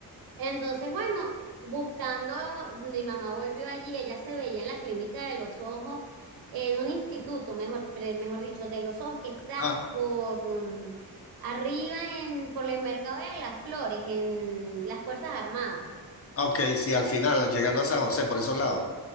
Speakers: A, on the right (about 65°); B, on the left (about 35°).
A: entonces, bueno, buscando, mi mamá volvió allí, ella se veía en la clínica de los ojos, en un instituto, mejor, pre- mejor dicho, de los ojos, que está
B: Ah,
A: por mm, arriba en, por el mercado de las flores, en las Fuerzas Armadas.
B: ok, sí, al final, llegando a San José por esos lados,